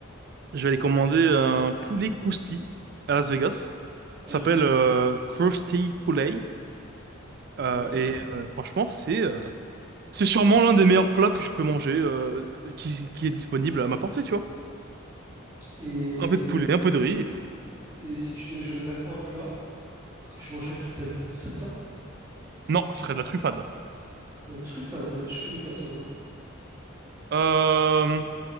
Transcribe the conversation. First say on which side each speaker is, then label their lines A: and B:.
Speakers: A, on the right; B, on the right.
A: Dis-moi.
B: Je vais aller commander un poulet crousti à Las Vegas.
A: Ouais,
B: Ça s'appelle
A: c'est grâce,
B: euh,
A: ouais.
B: Krusty Poulet. Euh,
A: Ouais.
B: et euh, franchement, c'est euh, c'est sûrement l'un des meilleurs plats que je peux manger euh, qui, qui est disponible à ma portée, tu vois.
A: Et...
B: Un peu de poulet, un peu de riz. et-
A: et si tu devais choisir un plat que tu mangerais toute ta vie, ce serait ça?
B: Non, ce serait de la truffade.
A: La truffade, je connais pas, c'est quoi?
B: Euh,